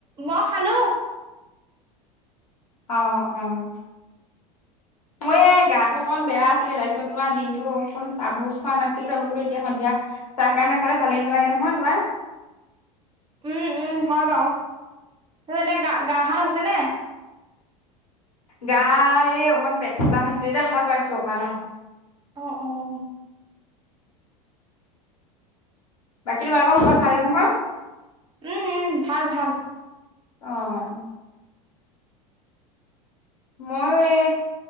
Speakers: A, on the right (about 25°); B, on the left (about 75°).
A: মই খালোঁ।
B: অ' অ' মই এই গাটো অকণ বেয়া আছিলে। তাৰপিছত তোমাৰ দিনতো অকণ চাহ খোৱা নাছিলোঁ আৰু বোলো এতিয়া সন্ধিয়া চাহ কাপ নাখালে ভালে নালাগে নহয় তোমাৰ।
A: উম, উম, হয় বাৰু তাৰপিছত ত এতিয়া গাওঁ গাওঁ খন আছে নে নাই?
B: গা এই অকনমান পেট চলা হৈছিলে, এতিয়া ভাল পাইছোঁ অকণমান অ'।
A: অ' অ'
B: বাকী তোমালোকৰ ঘৰত ভাল নহয়
A: উম উম ভাল ভাল
B: অ' মইয়ো এ।